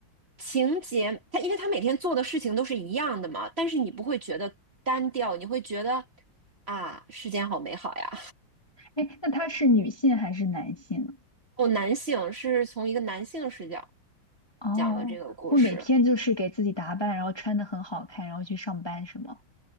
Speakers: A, on the right (about 35°); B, on the left (about 15°).
A: 情节，他因为他每天做的事情都是一样的嘛，但是你不会觉得单调，你会觉得啊，世间好美好呀。
B: 哎，那他是女性还是男性？
A: 哦，男性是从一个男性视角
B: 哦，
A: 讲的这个故事。
B: 我每天就是给自己打扮，然后穿的很好看，然后去上班是吗？